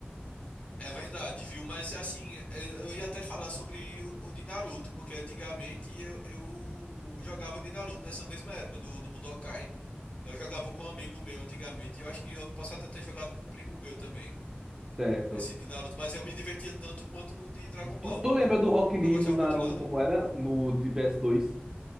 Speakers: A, on the left; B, on the right.
A: é verdade, viu? Mas assim, eu, eu ia até falar sobre o, o de Naruto, porque antigamente eu, eu jogava de Naruto nessa mesma época do, do Budokai. Eu jogava com um amigo meu antigamente, e eu acho que eu posso até ter jogado com um primo meu também.
B: Certo.
A: Esse de Naruto, mas eu me divertia tanto quanto no de Dragon Ball.
B: Tu, tu lembra do Rock
A: Porque
B: Lee
A: eu gostava
B: no Naruto,
A: muito de Naruto.
B: como era? No de PS2?